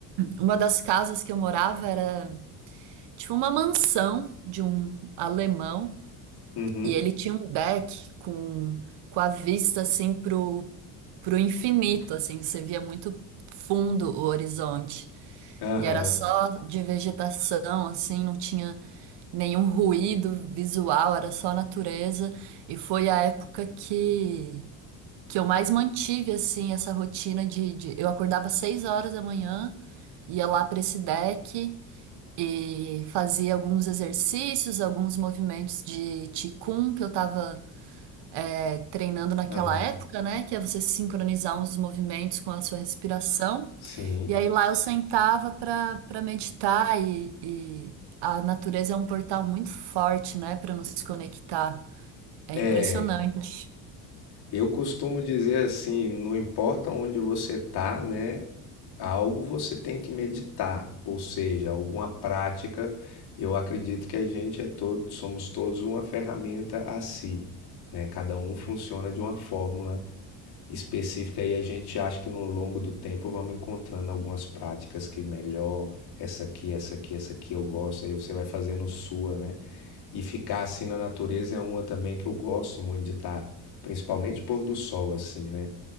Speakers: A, on the right; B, on the left.
A: uma das casas que eu morava era tipo uma mansão de um alemão
B: uhum,
A: E ele tinha um deck com, com a vista assim pro, pro infinito, assim, você via muito fundo o horizonte.
B: aham.
A: E era só de vegetação, assim, não tinha nenhum ruído visual, era só natureza. E foi a época que, que eu mais mantive, assim, essa rotina de, de... Eu acordava às seis horas da manhã, ia lá para esse deck e fazia alguns exercícios, alguns movimentos de qigong que eu tava é, treinando naquela
B: Aham.
A: época, né? Que é você sincronizar uns movimentos com a sua respiração.
B: Sim.
A: E aí lá eu sentava para para meditar e, e a natureza é um portal muito forte, né? Para nos conectar. É impressionante.
B: É. Eu costumo dizer assim, não importa onde você tá, né? Algo você tem que meditar, ou seja, alguma prática. Eu acredito que a gente é todo, somos todos uma ferramenta a si, né? Cada um funciona de uma fórmula específica e a gente acha que no longo do tempo vamos encontrando algumas práticas que melhor, essa aqui, essa aqui, essa aqui eu gosto, aí você vai fazendo sua, né? E ficar assim na natureza é uma também que eu gosto muito de estar, principalmente pôr do sol assim, né?